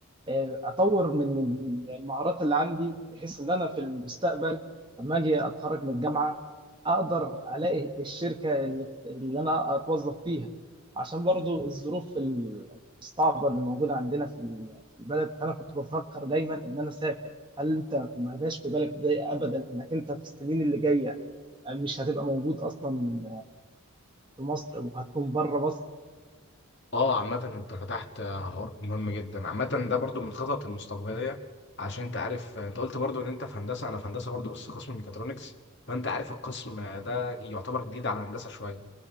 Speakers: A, on the right (about 20°); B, on the left (about 50°).
A: آه، اطور من المهارات اللي عندي بحيث ان انا في المستقبل لما اجي اتخرج من الجامعه اقدر الاقي الشركه اللي, اللي انا اتوظف فيها عشان برضو الظروف الصعبه اللي موجوده عندنا في ال- في البلد فانا كنت بفكر دايما ان انا اسافر هل انت ما جاش في بالك ده ابدا انك انت في السنين اللي جايه مش هتبقى موجود اصلا في مصر وهتكون بره مصر
B: اه عامة انت فتحت حوار مهم جدا عامة ده برضو من الخطط المستقبلية عشان انت عارف انت قلت برضو ان انت في هندسة انا في هندسة برضو بس قسم ميكاترونكس فانت عارف القسم ده يعتبر جديد على هندسة شوية